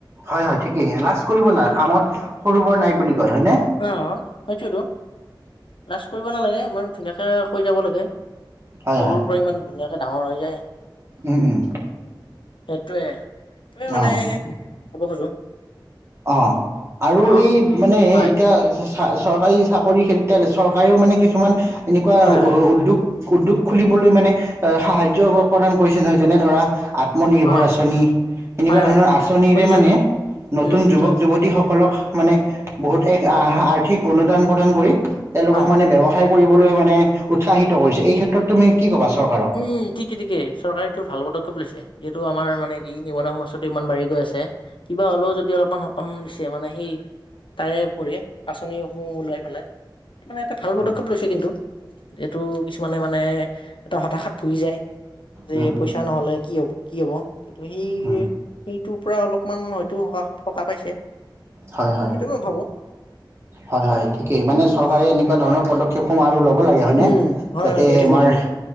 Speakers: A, on the right; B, on the left.
A: হয় হয় ঠিকেই লাজ কৰিব নালাগে
B: অ
A: কামত সৰু বৰ নাই বুলি কয় হয় নে?
B: অ সেইটোৱেতো লাজ কৰিব নালাগে ইমান ধুনীয়াকৈ কৈ যাব লাগে সৰুৰ
A: হয় হয়
B: পৰা ইমান ধুনীয়াকে ডাঙৰ হৈ যায়
A: উম উম
B: সেইটোৱে এইটোয়ে মানে
A: অ
B: ক'ব খোজো
A: অ আৰু
B: অ
A: এই মানে
B: হয়
A: এতিয়া চৰকাৰী চাকৰি ক্ষেত্ৰত চৰকাৰেও মানে কিছুমান এনেকুৱা
B: হয় হয়
A: উদ্যোগ উদ্যোগ খুলিবলৈ মানে আহ সাহায্য প্ৰদান কৰিছে নহয় যেনে ধৰা আত্ম নিৰ্ভৰ
B: অ
A: আঁচনি এনেকুৱা
B: হয় হয়
A: ধৰনৰ আঁচনিৰে
B: শুনিছো
A: মানে
B: শুনিছো উম
A: নতুন যুৱক
B: হয়
A: যুৱতীসকলক মানে বহুত এক আহ আৰ্থিক অনুদান প্ৰদান কৰি তেওঁলোকক
B: হয়
A: মানে ব্যৱসায় কৰিবলৈ মানে উৎসাহিত কৰিছে এই ক্ষেত্ৰত তুমি কি কবা চৰকাৰ
B: উম ঠিকে ঠিকে চৰকাৰে এইটো ভাল পদক্ষেপ লৈছে যিহেতু আমাৰ মানে কি নিবনুৱা সমস্যাটো ইমান বাঢ়ি গৈ আছে কিবা হ'লেও যদি অলপমান সকাম দিছে মানে সেই তাৰে উপৰি আঁচনিসমূহ ওলাই পেলাই মানে এটা ভাল পদক্ষেপ
A: উম,
B: লৈছে কিন্তু এইটো কিছুমানে মানে এটা হতাশাত ভুগি যায় যে
A: উম, উম,
B: পইচা নহ'লে কি হব কি হ'ব কিন্তু সেই
A: উম,
B: সে টোৰ পৰা অলপমান হয়তো স সকাহ পাইছে
A: হয় হয়
B: এইটো মই ভাবো
A: হয় হয় ঠিকেই মানে চৰকাৰে
B: অ',
A: এনেকুৱা ধৰণৰ পদক্ষেপ ক্ষেপসমূহ আৰু ল'ব লাগে হয়নে
B: উম, হয়
A: যাতে
B: হয় লৈ থাকিব
A: আমাৰ
B: লাগে